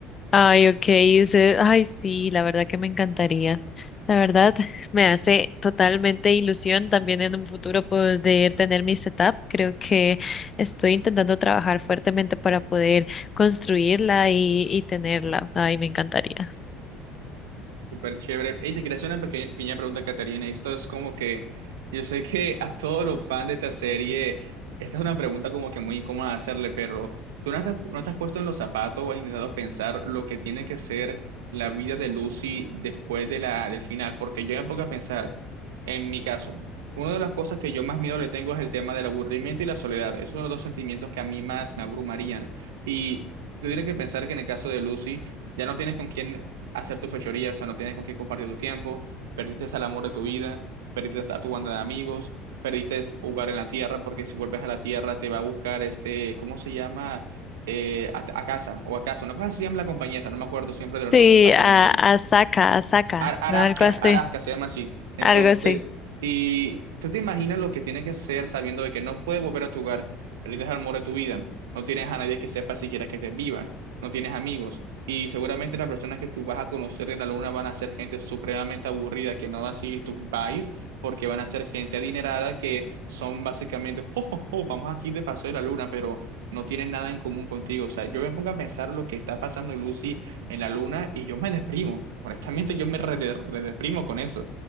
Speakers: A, on the left; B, on the right.
A: Ay, ok, dice, ay, sí, la verdad que me encantaría. La verdad, me hace totalmente ilusión también en un futuro poder tener mi setup. Creo que estoy intentando trabajar fuertemente para poder construirla y, y tenerla. Ay, me encantaría.
B: Súper chévere. Y te quería hacer una peque- pequeña pregunta, Caterina. y Esto es como que yo sé que a todos los fans de esta serie, esta es una pregunta como que muy incómoda hacerle, pero ¿tú no te, no te has puesto en los zapatos o has intentado pensar lo que tiene que ser la vida de Lucy después de la, del final? Porque yo me pongo a pensar, en mi caso, una de las cosas que yo más miedo le tengo es el tema del aburrimiento y la soledad. Esos son los dos sentimientos que a mí más me abrumarían. Y tú tienes que pensar que en el caso de Lucy, ya no tienes con quién hacer tu fechoría, o sea, no tienes con quién compartir tu tiempo, perdiste el amor de tu vida, perdiste a tu banda de amigos, perdiste jugar en la tierra, porque si vuelves a la tierra te va a buscar este, ¿cómo se llama? Eh, a, a casa o a casa, una cosa así se llama la compañía, esa, no me acuerdo siempre de los
A: Sí,
B: nombres japoneses.
A: a, a Asaka, Asaka,
B: Ar- Arasca,
A: ¿no? Algo así,
B: Arasca se llama así. Entonces,
A: algo así.
B: y tú te imaginas lo que tiene que ser sabiendo de que no puedes volver a tu hogar, perdiste el amor de tu vida, no tienes a nadie que sepa siquiera que estés viva, no tienes amigos, y seguramente las personas que tú vas a conocer en la luna van a ser gente supremamente aburrida que no va a seguir tus vibes, porque van a ser gente adinerada que son básicamente, oh, oh, oh, vamos aquí de paso de la luna, pero no tienen nada en común contigo. O sea, yo me pongo a pensar lo que está pasando, Lucy en la luna y yo me deprimo. Honestamente, yo me redeprimo con eso.